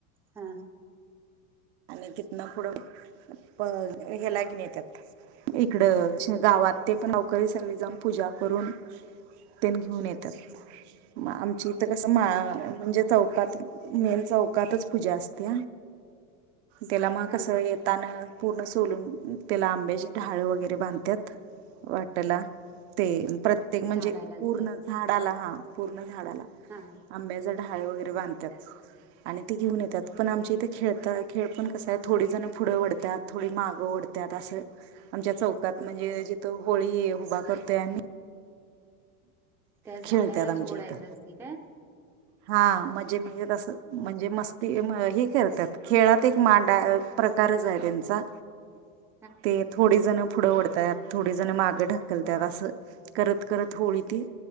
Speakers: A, in the centre; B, on the right.
A: हा
B: आणि तिथनं पुढं हे लागी येत्यात इकडं शेगावात. ते पण गावकरी सगळी जन पूजा करून तेन घेऊन येतात, मग आमची तर कसं मा
A: हा
B: म्हणजे चौकात, मेन चौकातच पूजा असते. तेला मग
A: हा
B: कसं येत हातानं पूर्ण सोलून त्याला आंब्याची ढाळं वगैरे बांधतात, वाटाला ते प्रत्येक म्हणजे,
A: झाडालाच
B: पूर्ण
A: द्या
B: झाडाला हा पूर्ण झाडाला
A: हा हा <unintelligible>
B: आंब्याचा ढाळ वगैरे बांधतात आणि ते घेऊन येतात, पण आमच्या इथे खेळतात. आ खेळ पण कस आहे थोडी जण पुढं वढतात थोडी मागं ओढतात असं आमच्या चौकात म्हणजे, जिथं होळी उभा करतोय आम्ही.
A: त्या झाडालाच
B: खेळतात आमच्या
A: ओढायचं
B: इथं
A: असते काय?
B: हा म्हणजे म्हणजे तसं म्हणजे मस्ती हे करतात, खेळात एक मांडा प्रकारच आहे त्यांचा.
A: - <unintelligible>
B: ते थोडे जण पुढं ओढतात थोडे जण मागं ढकलतात असं करत करत होळी ते